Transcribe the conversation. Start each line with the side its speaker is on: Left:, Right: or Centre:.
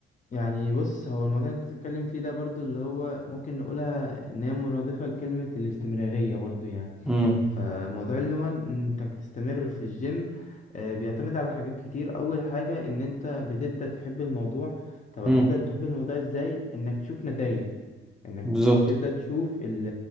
Left: يعني بص هو الموضوع اللي انت بتتكلم فيه ده برضو اللي هو ممكن نقولها ان هي مرادفة لكلمة الاستمرارية برضو يعني
Centre: امم
Left: فموضوع اللي هو انك تستمر في الجيم آه، بيعتمد على حاجات كتير اول حاجة ان انت بتبدأ تحب الموضوع طب هتبدأ
Centre: امم
Left: تحب الموضوع ازاي انك تشوف نتائج انك
Centre: بالظبط
Left: تش- تبدأ تشوف ال-